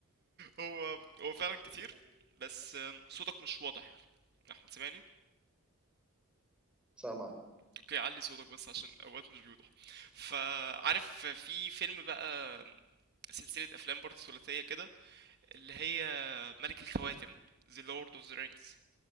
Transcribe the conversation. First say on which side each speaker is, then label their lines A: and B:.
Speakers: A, on the right; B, in the centre.
A: هو هو فعلا
B: لا
A: كتير
B: لا
A: بس
B: لا،
A: آم، صوتك مش واضح يعني احمد سامعني
B: سامع
A: اوكي علي صوتك بس عشان اوقات مش بيوضح فعارف في فيلم بقى آم، سلسلة افلام برضه ثلاثية كده اللي هي ملك الخواتم The Lord of the Rings